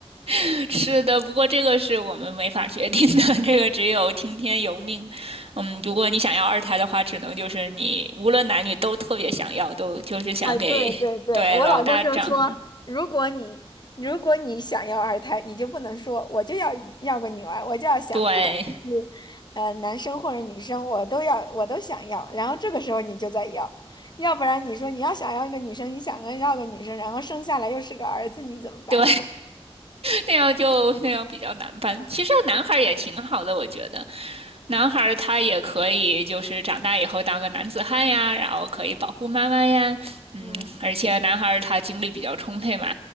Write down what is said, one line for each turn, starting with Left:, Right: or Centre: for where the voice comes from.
Right: <laughs> 是的，不过这个是我们没法决定的，这个只有听天由命。嗯，如果你想要二胎的话，只能就是你无论男女都特别想要，都就是想给对老大长，
Left: 啊，对对对，我老公就说，如果你如果你想要二胎，你就不能说我就要要个女儿，我就要想，
Right: 对
Left: 不管他是呃男生或者女生，我都要我都想要。然后这个时候你就在要，要不然你说你要想要一个女生，你想要个女生，然后生下来又是个儿子，你怎么办？
Right: 对。
Left: <laughs>
Right: 那样就那样比较难办。其实男孩儿也挺好的，我觉得，男孩儿他也可以就是长大以后当个男子汉呀，然后可以保护妈妈呀，嗯，
Left: 嗯
Right: 而且男孩儿他精力比较充沛嘛，